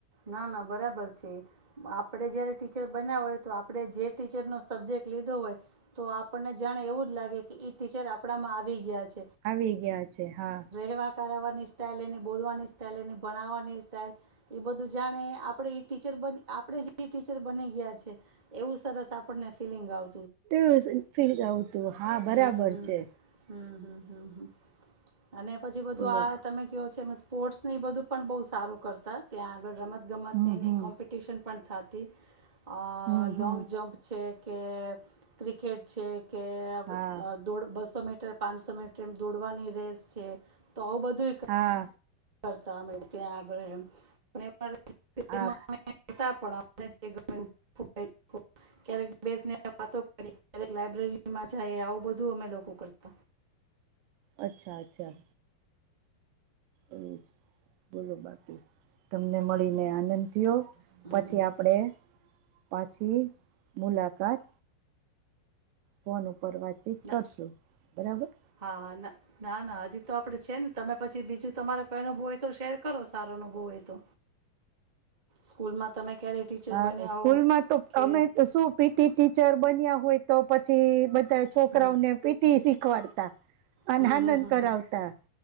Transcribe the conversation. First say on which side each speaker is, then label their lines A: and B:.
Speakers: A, on the right (about 50°); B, on the right (about 80°).
A: ના ના બરાબર છે આપણે જ્યારે ટીચર બન્યા હોય તો આપણે જે ટીચરનો સબ્જેક્ટ લીધો હોય તો આપણને જાણે એવું જ લાગે કે ઈ ટીચર આપણામાં આવી ગયા છે.
B: આવી ગયા છે હા.
A: <unintelligible> કરવાની સ્ટાઈલ એની બોલવાની સ્ટાઈલ એની ભણાવવાની સ્ટાઈલ એ બધું જાણે આપણે ઈ ટીચર બ આપણે જે ટીચર બની ગયા છે. એવું સરસ આપણને ફિલિંગ આવ
B: <unintelligible> ફીલિંગ આવતું હા બરાબર
A: હમ હમ
B: છે.
A: <inaudible> અને પછી બધું
B: બોલો
A: આ તમે કયો છે મસ પોર્ટસ એ બધું પણ બહુ સારું કરતા ત્યાં આગળ રમત ગમતને
B: હમ
A: એની
B: હમ
A: કોમ્પિટિશન પણ થા <inaudible> અ
B: હમ
A: લોંગ
B: હમ
A: જમ્પ છે કે ક્રિકેટ છે. કે અવ
B: હા
A: દોડ બસ સમ અત્તારે પાંનસો મીટર દોડવાની રેસ કે તો આવું બધું એક
B: હા
A: કરતા અમે ત્યાં આગળ એમ અને <unintelligible>
B: હા
A: ક્યારેક બેસીને વાતો કરીએ, લાયબ્રેરીમાં જાયે, આવું બધું અમે લોકો કરતા
B: અચ્છા, અચ્છા. એ બોલો બાકી તમને મળીને આનંદ થયો,
A: હમ
B: પછી આપણેે પાછી મુલાકાત કોને પર વાતચીત
A: ના
B: કરશું, બરાબર?
A: હા ના ના, ના, અજી તો આપણે છે ન તમે પછી બીજું તમારે કઈ અનુભ હોય તો શેર કરો સારો અનુભવ હોય તો, સ્કૂલમાં તમે ક્યારે ટીચર
B: હા
A: બન્યા
B: સ્કૂલમાં
A: હો
B: તો
A: કે
B: અમે શું પીટી ટીચર બન્યા હોય તો પછી છોકરાઓને
A: હમ
B: ભીઠી વારતા અને
A: હમ
B: આનંદ
A: હમ હમ
B: કરાવતા